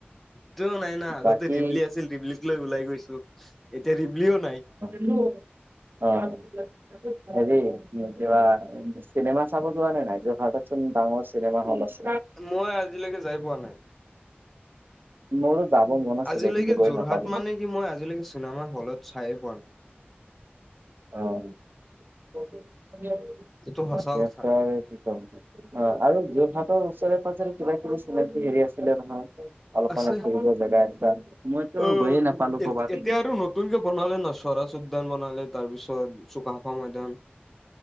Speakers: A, in the centre; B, on the right.
A: টোও নাই নহ আগতে
B: বাকী
A: দিপলি আছিল দিপলিক লৈ ওলাই গৈছোঁ। এতিয়া ৰিবলিও নাই।
B: অ' হেৰি কিবা চিনেমা চাব যোৱা নাই যে ভাৰত ডাঙৰ চিনেমা হ'ল আছে।
A: মই আজিলৈকে যাই পোৱা নাই।
B: মোৰো যাব মন। আছিলে
A: আজিলৈকে
B: কিন্তু গৈ
A: যোৰহাট
B: নাপালো
A: মানে কি মই আজিলৈকে চিনেমা হলত চাই পোৱা নাই।
B: অ' <unintelligible> অ'
A: এইটো সঁচা কথা।
B: আৰু যোৰহাটৰ ওচৰে পাজৰে কিবা কিবি চিনাকি হেৰি আছিলে নহয়। অলপ
A: আছে
B: মানে ফুৰিব জেগা এটা মইতো
A: অ
B: গৈয়ে নাপালোঁ ক'ৰবাত।
A: এতিয়া আৰু নতুনকে বনালে ন সৰাজ উদ্যান বনালে। তাৰপিছত চুকাফা ময়দান।